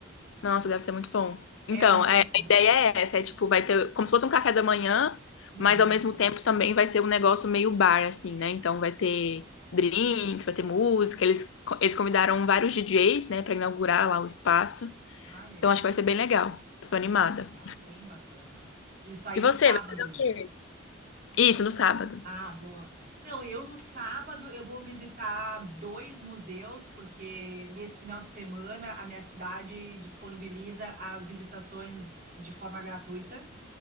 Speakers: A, on the left; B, on the right.
A: Nossa, deve ser muito bom. Então,
B: É muito
A: é- a
B: bom.
A: ideia é essa, é tipo, vai ter como se fosse um café da manhã,
B: Uhum.
A: mas ao mesmo tempo também vai ser um negócio meio bar, assim, né? Então vai ter drinks, vai ter música, eles, eles convidaram vários DJs, né, pra inaugurar lá o espaço.
B: Ah, legal.
A: Então acho que vai ser bem legal.
B: Bem
A: Tô animada.
B: legal, bem bacana. Isso aí
A: E
B: no
A: você,
B: sábado.
A: vai fazer o quê? Isso, no sábado.
B: Ah, boa. Não, eu no sábado eu vou visitar dois museus, porque nesse final de semana a minha cidade disponibiliza as visitações de forma gratuita.